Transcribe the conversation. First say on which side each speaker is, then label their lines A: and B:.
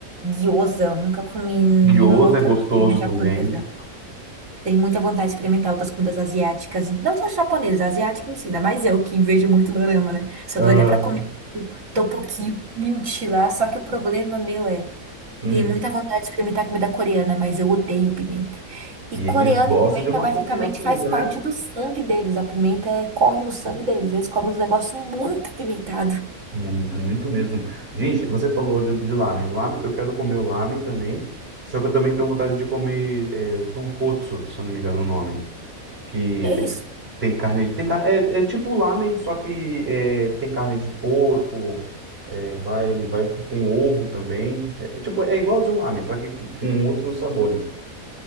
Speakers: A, on the right (about 60°); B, on the right (about 40°).
A: gyoza, eu nunca comi nenhuma
B: Gyoza
A: outra
B: é gostoso
A: comida japonesa.
B: também.
A: Tenho muita vontade de experimentar outras comidas asiáticas, e não só japonesa, asiática em si, ainda mais eu que vejo muito dorama, né? Sou
B: Ah,
A: doida pra comer o tteokbokki, o kimchi lá, só que o problema meu é,
B: Hum.
A: tenho muita vontade de experimentar comida coreana, mas eu odeio pimenta. E
B: E
A: coreano
B: eles gostam
A: e pimenta
B: de uma
A: basicamente
B: comida bonita,
A: faz parte
B: né?
A: do sangue deles, a pimenta é- corre no sangue deles, eles comem uns negócios muito apimentados.
B: Muito, muito mesmo. Gente, você falou de, de lamen. Lamen, eu quero comer o lamen também. Só que eu também tenho vontade de comer é, tonkotsu, se eu não me engano o nome. que
A: É
B: tem,
A: isso.
B: tem carne, tem, ca- é, é tipo lamen, só que é, tem carne de porco, é, vai, vai, tem ovo também, é, é tipo, é igual de um lamen, só que com com outros sabores.